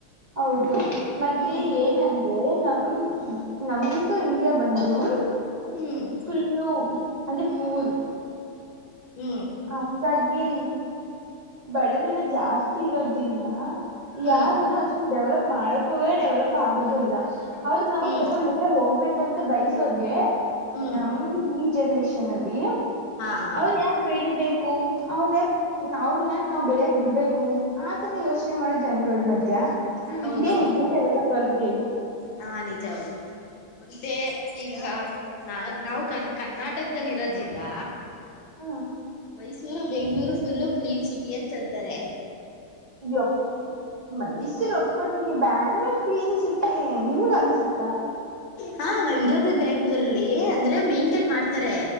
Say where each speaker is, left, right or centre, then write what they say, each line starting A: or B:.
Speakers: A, on the right (about 75°); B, on the left (about 75°).
A: ಹೌದು, ಮತ್ತೆ
B: ಹ್ಮ್
A: ಏನ ಏಯ್ ನಮ ನಮ್ದು ಇಂಡಿಯಾ ಬಂದರು
B: ಹ್ಮ್,
A: ಫುಲ್ಲು ಅಂದೆ ಪೂದು <unintelligible>
B: ಹ್ಮ್,
A: ಹಂಗಾಗಿ ಬಡ ಜನ ಜಾಸ್ತಿ ಇರೋದ್ರಿಂದ
B: ಹ್ಮ್
A: ಯಾರನ್ನು ಅಷ್ಟ ಡೆವಲಪ್ ಮಾಡೋಕ್ಕ ಹೋಗೇ ಡೆವಲಪ್ ಆಗೋದು ಇಲ್ಲ. ಅವರು ನಾವು
B: ಹ್ಮ್
A: ಸ್ವಲ್ಪ ಹೋಗ್ಬೇಕು ಅಂತ ಬಯಸೋರಿಗೆ
B: ಹ್ಮ್
A: ನಮ ಈ ಜನ್ರೇಷನ್ ಅಲ್ಲಿ
B: ಹಾ ಹಾ
A: ಅವ್ರ ಯಾಕ ಬೆಳಿಬೇಕು ಅವ್ರನ ಯ ಅವ್ರನ್ ಯಾಕ ನಾವ್ ಬೆಳಿಯಕ್ ಬಿಡ್ಬೇಕು. ಆತರ ಯೋಚನೆ ಮಾಡೋ ಜನಗಳ ಮಧ್ಯಾ ನಮ್
B: ಹೌದೌದು
A: ಇಂಡಿಯಾ ಎಲ್ಲಿ ಡೆವಲಪ್ ಆಗುತ್ತೆ ಹೇಳಿ.
B: ಹಾ ನಿಜ ಹೌದು ಮತ್ತೆ ಈಗ ನಾ ನಾವು ಕರ್ ಕರ್ನಾಟಕದಲ್ಲಿ ಇರೋದ್ರಿಂದ
A: ಹ್ಮ್
B: Mysuru Bengaluru full clean city ಅಂತ ಅಂತಾರೆ
A: ಯಪ್ ಮೈಸೂರು ಒಪ್ಕೋತೀನಿ ಬ್ಯಾಂಗ್ಳೂರ್ ಕ್ಲೀನ್ ಸಿಟಿ <unintelligible> ನಿಮ್ಗ ಅನ್ಸುತ್ತಾ
B: ಹಾ ನಾವ್ ಇರೋದು ಬೆಂಗಳೂರಲ್ಲಿ ಅಂದ್ರೆ ಮೈಂಟೇನ್ ಮಾಡ್ತಾರೆ